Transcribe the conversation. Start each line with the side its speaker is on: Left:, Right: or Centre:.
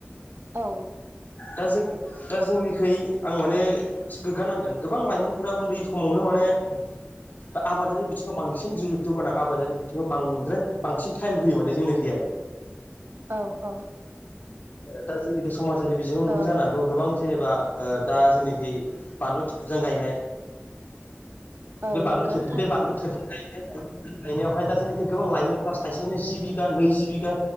Right: औ।
Left: दा जों दा जोंनिखै आं माने एसे गोग्गानांगोन गोबां लाइमोनफोरा उन्दै समावनो माने
Right: <inaudible>
Left: दा आबादारि बिथिङाव बांसिन जुरित्त' गोनां आबादारि बिथिङाव बांद्राय बांसिन टाइम होयो माने जोंनिखै आरो।
Right: औ औ।
Left: दा जोंनिखौ समाजारि बिजोङाव नुदों
Right: ओ
Left: जानो हागौ गोबां जेने बा दा जोंनिखै बानलु थुबजां गायनाय।
Right: औ
Left: बे बानलु
Right: नंगौ
Left: खेब
Right: थारैनो
Left: बे बानलु खेब गायनायावहाय दा जोंनिखै गोबां लाइमोनफ्रा साइसेयावनो जि बिघा नैजि बिगा